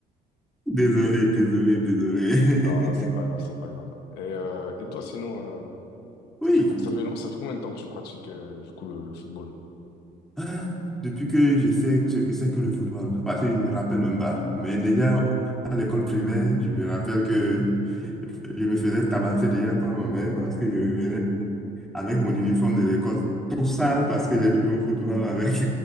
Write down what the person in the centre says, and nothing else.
Désolé, désolé, désolé.
<laughs> Oui,
Ah, Depuis que je sais ce que c'est que le football, parce que je ne me rappelle même pas. Mais déjà, à l'école primaire, je me rappelle que je me faisais tabasser déjà par ma mère parce que je revenais avec, avec mon uniforme de l'école tout sale parce que j'ai joué au football avec.